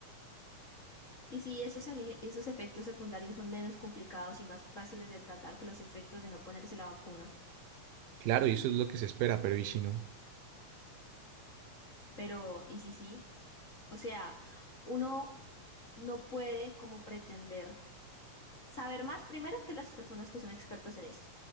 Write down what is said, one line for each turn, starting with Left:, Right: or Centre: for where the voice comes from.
Left: y si esos, eje- esos efectos secundarios son menos complicados y más fáciles de tratar que los efectos de no ponerse la vacuna.
Right: Claro, y eso es lo que se espera, pero ¿y si no?
Left: Pero, ¿y si sí? O sea, uno no puede como pretender saber más primero que las personas que son expertas en esto.